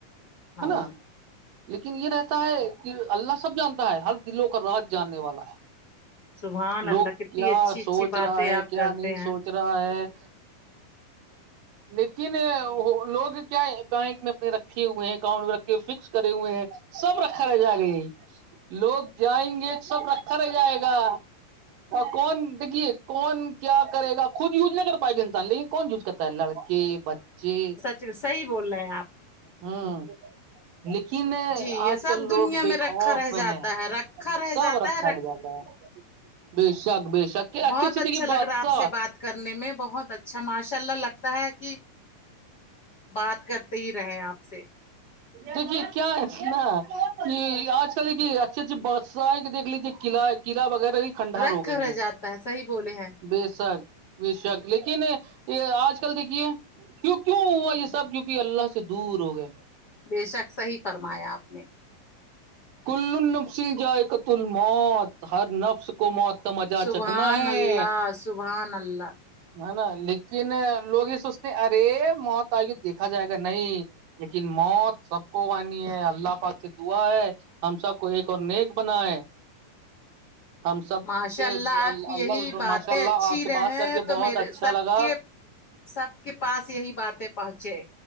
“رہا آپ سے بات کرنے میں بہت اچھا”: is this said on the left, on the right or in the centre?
Left